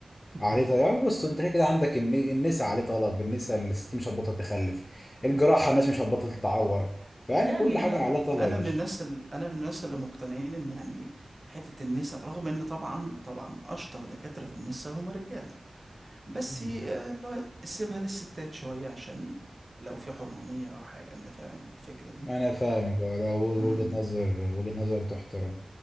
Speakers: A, on the right (about 30°); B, on the left (about 35°).
A: <laughs>
B: عليه طلب يعني بص انت كده كده عندك الن- النساء عليه طلب النساء الست مش هتبطل تخلف الجراحة الناس مش هتبطل تتعور فيعني
A: يعني
B: كل حاجة
A: انا
B: عليها طلب
A: انا
B: يا باشا
A: من الناس ال... انا من الناس اللي مقتنعين ان يعني حتة النساء رغم ان طبعا طبعا اشطر دكاترة في النساء هم رجالة بس
B: مم.
A: آه، اللي هو سيبها للستات شوية عشان لو في حرمانية أو حاجة أنت فاهم الفكرة دي
B: انا فاهمك اه ده وجهة
A: امم
B: نظر وجهة نظر تحترم